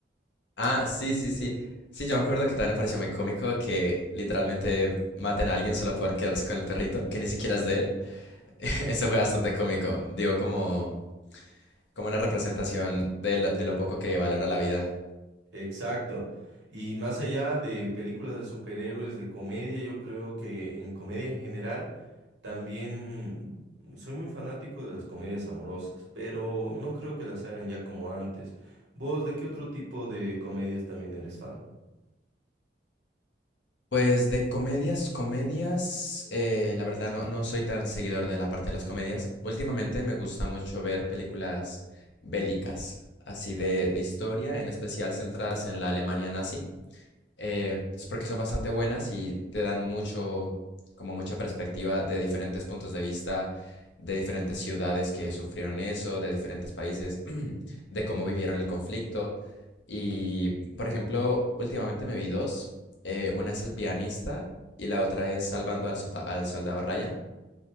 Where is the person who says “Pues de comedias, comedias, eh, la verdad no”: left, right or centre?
Left